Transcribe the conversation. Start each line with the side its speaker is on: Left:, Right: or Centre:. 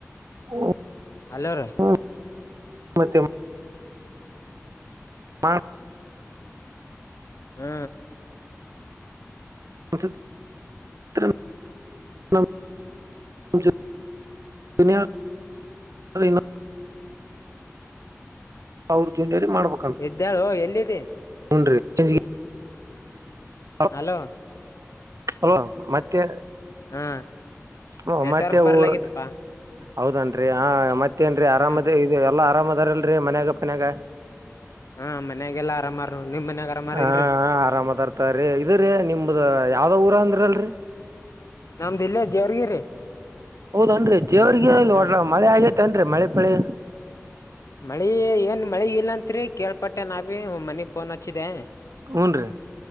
Right: ಹ್ಮ
Left: ಅಲೋ ರೀ
Right: ಮತ್ತೆ ಮಾಡ.
Left: ಹು
Right: ಪುಚಕ್ ತ್ರು ಮಲ್ ಪುಚಕ್. ಇನ್ನೇಳ ಅದಇನ್ನ. ಅವ್ರ ಜೊತೇಲಿ ಮಾಡ್ಬಬೇಕು.
Left: ಎದ್ದೇಳೋ ಎಲ್ಲದಿ.
Right: ಹನ ರೀ ಸಂಜಿಕಿ ಆ.
Left: ಹಾಲೋ.
Right: ಹಲೋ ಮತ್ತೆ
Left: ಹಾ
Right: ಹು
Left: ನೆಟ್ವರ್ಕ್
Right: ಮತ್ತೆ
Left: ಬರ್ಲಾಗಿತ್ತಪಾ
Right: ಊರ. ಹೌದೇನತ್ರಿ ಆ ಮತ್ತೇನಡ್ರಿ ಆರಾಮದೇರಿ
Left: ಹ್ಮ್
Right: ಎಲ್ಲಾ ಅರಾಮ ಅದಾರಿಲ್ಲರೀ ಮನ್ಯಾಗ ಪನ್ಯಾಗ.
Left: ಹ ಮನ್ಯಾಗೆಲ್ಲಾಅರಾಮಾರು ನಿಮ್ಮ ಮನ್ಯಾಗ. ಆರಾಮಾರ
Right: ಹ ಹ
Left: ಇಲ್ರಿ
Right: ಆರಾಮದರತೋರಿ ಇದರಿ ನಿಂಬದು ಯಾವ್ದ ಊರ ಅಂದ್ರ ಅಲ್ಲರಿ.
Left: ನಮ್ಮದಿಲ್ಲೆ ಜೆವರ್ಗಿ ರೀ.
Right: ಹೌದನರಿ ಜೇವರ್ಗಿ
Left: ಹ್ಮ್
Right: ವಡ್ಲ ಮಳಿ ಆಗೇತೆಂಡ್ರಿ ಮಳಿ ಪಳಿ.
Left: ಮಳಿ ಏನ್ ಮಳಿ ಇಲ್ಲಂತ್ರಿ ಕೇಳ್ಪಟ್ಟೆ ನಾವೆ ಮನಿಗ್ ಫೋನ ಹಚ್ಚಿದಾ.
Right: ಹು ಡ್ರಿ.